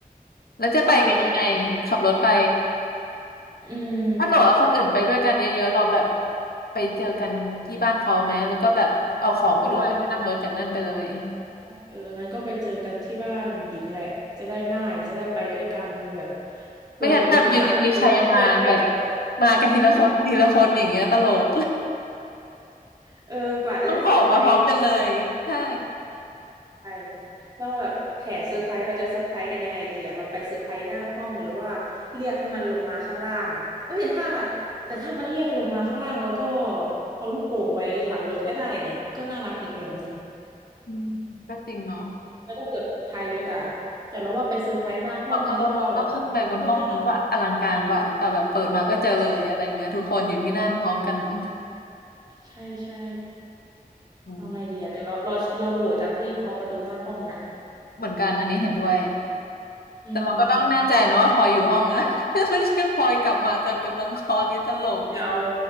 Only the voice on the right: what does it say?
ช่อเดียวก็อืม
ได้เอองั้นก็ไปเจอกันที่บ้านหญิงแหละจะได้ง่ายจะได้ไปด้วยกันแบบเผื่อมีอุปสรรคอะไรได้ช่วยกันแก้ก่
<laughs> อน
หึเออกว่าจะได้เซอร์ไพรส์
ไชเราแบบแผนเซอร์ไพรส์เราจะเซอร์ไพรส์กันยังไงดีอะเราไปเซอร์ไพรส์หน้าห้องหรือว่าเรียกให้มันลงมาข้างล่างเอ้ยแต่ถ้าแต่ถ้ามันเรียกลงมาข้างล่างแล้วก็เอาลูกโป่งไว้หลังรถก็ได้นี่ก็น่ารักอีกแบบหนึ่ง
แล้วก็เปิดท้ายรถอะแต่เราว่าไปเซอร์ไพรส์หน้าห้องก็
ก็น่ารักนะใช่ใช่ใช่ใช่
เอาไงดีอะแต่เราเราเราโหวตอันที่เคาะประตูหน้าห้องนะ
อืมอืม
เดี๋ยว